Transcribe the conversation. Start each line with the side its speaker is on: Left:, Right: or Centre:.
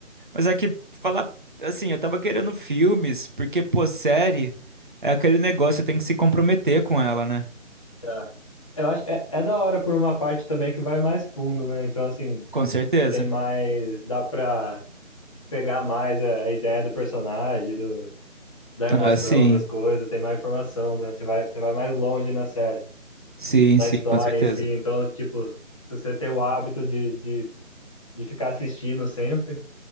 Right: Mas é que falar assim, eu tava querendo filmes, porque, pô, série é aquele negócio, você tem que se comprometer com ela, né?
Left: É. Eu acho, é, é da hora por uma parte também que vai mais fundo, né? Então, assim,
Right: Com certeza.
Left: tem mais, dá pra pegar mais a, a ideia do personagem, do, da emoção
Right: Ah, sim.
Left: das coisas, tem mais informação, né? Você vai, você vai mais longe na série,
Right: Sim,
Left: na
Right: sim,
Left: história
Right: com certeza.
Left: em si. Então, tipo, se você tem o hábito de, de, de ficar assistindo sempre,